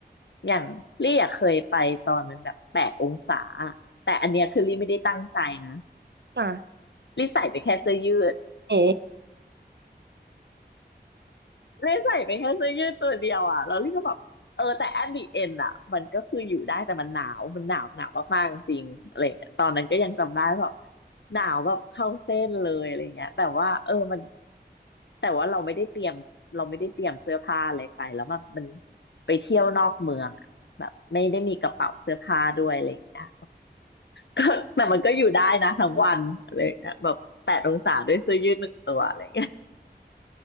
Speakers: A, on the left (about 80°); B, on the right (about 75°).
A: อย่างรีอะเคยไปตอนมันแบบแปดองศาแต่อันเนี้ยคือรีไม่ได้ตั้งใจนะ
B: ค่ะ
A: รีใส่ไปแค่เสื้อยืด
B: โอ้
A: เลยใส่ไปแค่เสื้อยืดตัวเดียวอ่ะแล้วลี่ก็แบบเออแต่ at the end อ่ะมันก็คืออยู่ได้แต่มันหนาวมันหนาวหนาวมากๆจริงๆอะไรเงี้ยตอนนั้นก็ยังจำได้แบบหนาวแบบเข้าเส้นเลยอะไรเงี้ยแต่ว่าเออมันแต่ว่าเราไม่ได้เตรียมเราไม่ได้เตรียมเสื้อผ้าอะไรไปแล้วมันมันไปเที่ยวนอกเมืองอ่ะแบบไม่ได้มีกระเป๋าเสื้อผ้าด้วยอะไรเงี้ยก็แต่มันก็อยู่ได้นะทั้งวันอะไรเงี้ยแบบแปดองศาด้วยเสื้อยืดหนึ่งตัวอะไรเงี้ย